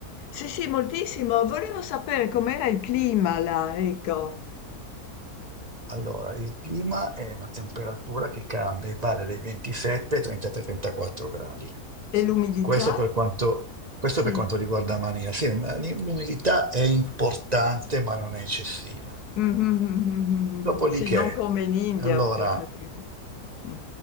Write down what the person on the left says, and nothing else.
sì, sì, moltissimo, volevo sapere com'era il clima là, ecco,
e l'umidità,
sì,
mhm,
sì, non come in India,
pr- praticamente. Mm.